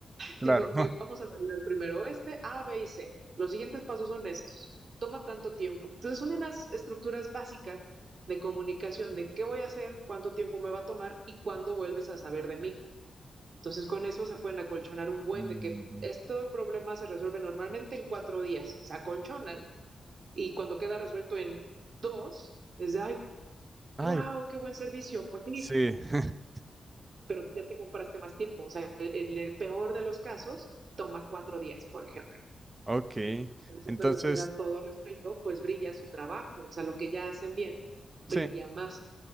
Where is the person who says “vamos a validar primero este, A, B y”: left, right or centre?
Right